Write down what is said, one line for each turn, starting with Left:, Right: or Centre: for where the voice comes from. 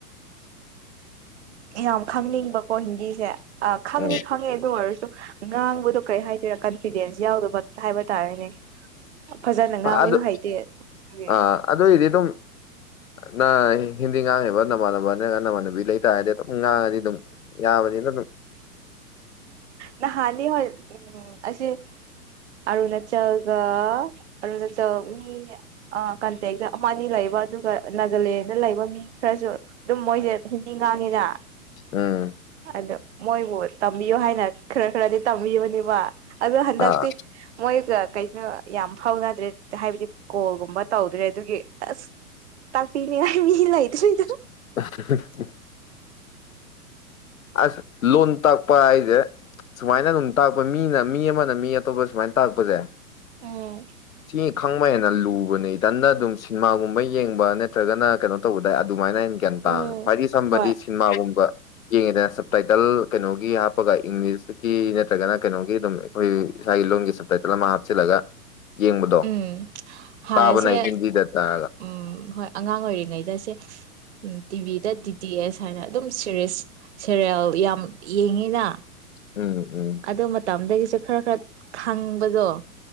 Right: ꯌꯥꯝ ꯈꯪꯅꯤꯡꯕꯀꯣ ꯍꯤꯟꯗꯤꯁꯦ ꯑ ꯈꯪꯅꯤ
Left: ꯎꯝ
Right: ꯈꯪꯦ ꯑꯗꯨ ꯑꯣꯏꯔ ꯉꯥꯡꯕꯗꯣ ꯀꯩ ꯍꯥꯏꯗꯣꯏꯔꯥ ꯀꯟꯐꯤꯗꯦꯟꯁ ꯌꯥꯎꯗꯕ ꯍꯥꯏꯕ ꯇꯥꯔꯦꯅꯦ ꯐꯖꯅ ꯉꯥꯡꯕꯁꯨ
Left: ꯑꯗꯨ
Right: ꯍꯩꯇꯦ ꯑꯗꯨꯒꯤ
Left: ꯑꯥ ꯑꯗꯨꯏꯗꯤ ꯑꯗꯨꯝ ꯅ ꯍꯤꯟꯗꯤ ꯉꯥꯡꯉꯤꯦꯕ ꯅꯃꯥꯟꯅꯕ ꯅꯠꯇ꯭ꯔꯒ ꯅꯃꯥꯟꯅꯕꯤ ꯂꯩꯇꯔꯗꯤ ꯑꯗꯨꯝ ꯉꯥꯡꯉꯗꯤ ꯑꯗꯨꯝ ꯌꯥꯕꯅꯤꯅ ꯑꯗꯨꯝ
Right: ꯅ ꯍꯥꯟ ꯍ ꯎꯝ ꯑꯁꯤꯁ ꯑꯔꯨꯅꯥꯆꯜꯒ ꯑꯔꯨꯅꯥꯆꯜ ꯃꯤ ꯀꯟꯇꯦꯛꯇ ꯑꯃ ꯑꯅꯤ ꯂꯩꯕ ꯑꯗꯨꯒ ꯅꯥꯒꯥꯂꯦꯟꯗ ꯂꯩꯕ ꯃꯤ ꯈꯔꯁꯨ ꯑꯗꯨꯝ ꯃꯣꯏꯁꯦ ꯅꯤꯡꯉꯗ
Left: ꯎꯝ
Right: ꯑꯗ ꯃꯣꯏꯕꯨ ꯇꯝꯕꯤꯌꯨ ꯍꯥꯏꯅ ꯈꯔ ꯈꯔꯗꯤ ꯇꯝꯕꯤꯕꯅꯦꯕ ꯑꯗꯨꯗ ꯍꯟꯗꯇ
Left: ꯑꯥ
Right: ꯃꯣꯏ ꯀꯩꯁꯨꯅ ꯌꯥꯝ ꯐꯥꯎꯅꯗ꯭ꯔꯦ ꯍꯥꯏꯕꯗꯤ ꯀꯣꯜꯒꯨꯝꯕ ꯇꯧꯗ꯭ꯔꯦ ꯑꯗꯨꯒꯤ ꯑꯁ ꯇꯥꯛꯄꯤꯅꯤꯡꯉꯥꯏ ꯃꯤ ꯂꯩꯇ꯭ꯔꯤꯗ
Left: <unintelligible> ꯑꯁ ꯂꯣꯟ ꯇꯥꯛꯄ ꯍꯥꯏꯁꯦ ꯁꯨꯃꯥꯏꯅ ꯑꯗꯨꯝ ꯇꯥꯛꯄ ꯃꯤꯅ ꯃꯤ ꯑꯃꯅ ꯃꯤ ꯑꯇꯣꯞꯄ ꯁꯨꯃꯥꯏꯅ ꯇꯥꯛꯄꯁꯦ
Right: ꯎꯝ
Left: ꯁꯤ ꯈꯪꯕ ꯍꯦꯅ ꯂꯨꯕꯅꯦ ꯏꯇꯟꯅ ꯑꯗꯨꯝ ꯁꯤꯅꯦꯃꯥꯒꯨꯝꯕ ꯌꯦꯡꯕ ꯅꯠꯇ꯭ꯔꯒꯅ ꯀꯩꯅꯣ ꯇꯧꯕꯗ ꯑꯗꯨꯃꯥꯏꯅ ꯍꯥꯏꯩꯅ ꯒ꯭ꯌꯥꯟ ꯇꯥꯡꯉꯦ
Right: ꯎꯝ
Left: ꯈ꯭ꯋꯥꯏꯗꯒꯤ ꯁꯝꯕꯗꯤ
Right: ꯍꯣꯏ
Left: ꯁꯤꯅꯦꯃꯥꯒꯨꯝꯕ ꯌꯦꯡꯉꯦꯗ ꯁꯞꯇꯥꯏꯇꯜ ꯀꯩꯅꯣꯒꯤ ꯍꯥꯞꯄꯒ ꯏꯪꯂꯤꯁꯀꯤ ꯅꯠꯇ꯭ꯔꯒꯅ ꯀꯩꯅꯣꯒꯤ ꯑꯗꯨꯝ ꯑꯩꯈꯣꯏ ꯏꯁꯥꯒꯤ ꯂꯣꯟꯒꯤ ꯁꯞꯇꯥꯏꯇꯜ ꯑꯃ ꯍꯥꯞꯆꯤꯜꯂꯒ ꯌꯦꯡꯕꯗꯣ
Right: ꯎꯝ ꯍꯥꯟꯅꯁꯦ
Left: ꯇꯥꯕꯅ ꯍꯤꯟꯗꯤꯗꯇ
Right: ꯎꯝ ꯍꯣꯏ ꯑꯉꯥꯡ ꯑꯣꯏꯔꯤꯉꯩꯗꯁꯦ ꯎꯝ ꯇꯤꯚꯤꯗ ꯗꯤ ꯇꯤ ꯑꯦꯁ ꯍꯥꯏꯅ ꯑꯗꯨꯝ ꯁꯦꯔꯤꯁ ꯁꯦꯔꯦꯜ ꯌꯥꯝ ꯌꯦꯡꯉꯤꯅ
Left: ꯎꯝ ꯎꯝ
Right: ꯑꯗꯣ ꯃꯝꯗꯗꯒꯤ ꯈꯔ ꯈꯔ ꯈꯪꯕꯗꯣ